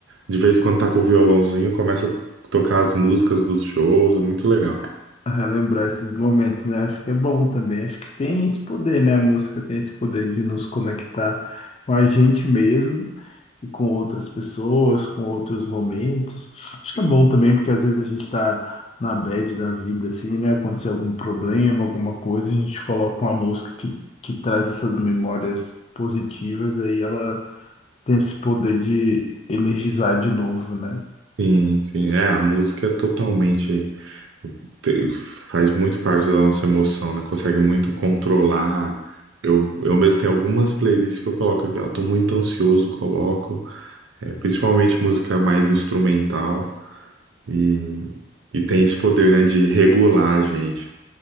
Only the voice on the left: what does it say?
relembrar esses momentos, né? Acho que é bom também. Acho que tem esse poder, né? A música tem esse poder de nos conectar com a gente mesmo e com outras pessoas, com outros momentos. Acho que é bom também, porque às vezes a gente tá na bad da vida, assim, né? Aconteceu algum problema, alguma coisa, a gente coloca uma música que, que traz essas memórias positivas, aí ela ter esse poder de energizar de novo, né?